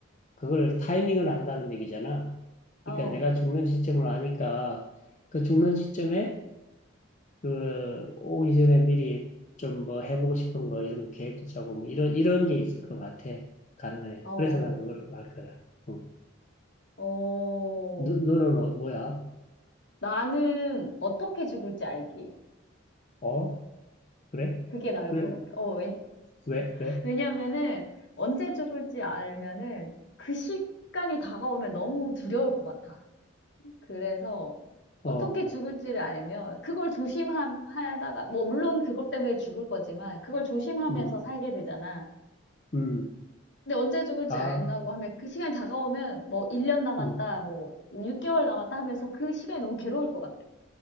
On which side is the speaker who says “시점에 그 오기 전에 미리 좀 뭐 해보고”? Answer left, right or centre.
Left